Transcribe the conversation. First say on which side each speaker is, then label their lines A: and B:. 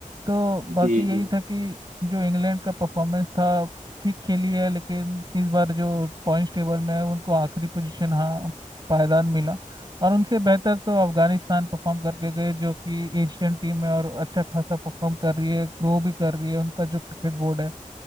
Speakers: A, on the right; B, on the right.
A: तो
B: में
A: बाकी
B: जी
A: यही
B: जी
A: था कि जो इंग्लैंड का परफॉर्मेंस था ठीक खेली है लेकिन इस बार जो पॉइंट्स टेबल में है उनको आखिरी पोजीशन हाँ पायदान मिला और उनसे बेहतर तो अफगानिस्तान परफॉर्म करके गए जो कि एशियन टीम है और अच्छा खासा परफॉर्म कर रही है ग्रो भी कर रही है उनका जो क्रिकेट बोर्ड है